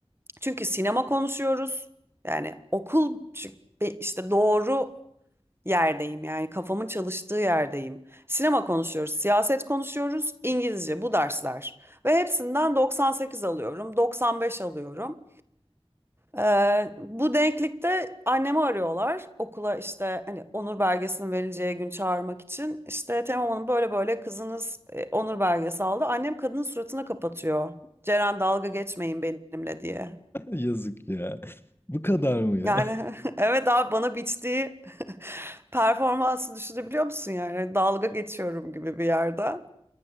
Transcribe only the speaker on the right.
çünkü sinema konuşuyoruz. Yani okul çünkü be- işte doğru yerdeyim yani kafamın çalıştığı yerdeyim. Sinema konuşuyoruz, siyaset konuşuyoruz, İngilizce bu dersler. Ve hepsinden 98 alıyorum, 95 alıyorum. Ee, bu denklikte annemi arıyorlar okula işte hani onur belgesinin verileceği gün çağırmak için. İşte Temel Hanım böyle böyle kızınız e, onur belgesi aldı. Annem kadının suratına kapatıyor. Ceren dalga geçmeyin benimle diye.
Yani
<laughs> evet abi bana biçtiği <laughs> performansı düşünebiliyor musun yani? Hani Dalga geçiyorum gibi bir yerde.